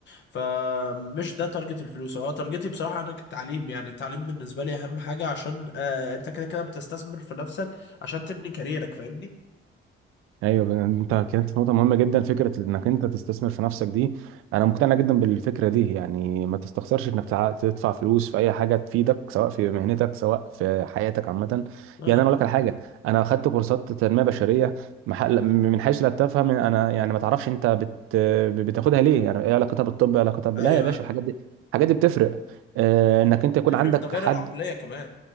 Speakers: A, on the left (about 60°); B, on the right (about 85°).
A: فمش ده تارجت الفلوس هو تارجتي بصراحة أنا التعليم يعني التعليم بالنسبة لي أهم حاجة عشان آه أنت كده كده بتستثمر في نفسك عشان تبني كاريرك فاهمني؟
B: ايوه ب- انت كانت في نقطه مهمه جدا فكره انك انت تستثمر في نفسك دي انا مقتنع جدا بالفكره دي يعني ما تستخسرش انك تع- تدفع فلوس في اي حاجه تفيدك سواء في مهنتك سواء في حياتك عامه
A: اه
B: يعني انا اقول لك على حاجه انا اخدت كورسات تنميه بشريه محل من حيث لا تفهم انا يعني ما تعرفش انت بت... بتاخدها ليه يعني ايه علاقتها بالطب إيه علاقتها ب...
A: أيوه
B: لا يا باشا
A: أيوه
B: الحاجات دي الحاجات دي بتفرق آه، انك انت يكون
A: بتفرق
B: عندك
A: في تغيير
B: حد
A: العقلية كمان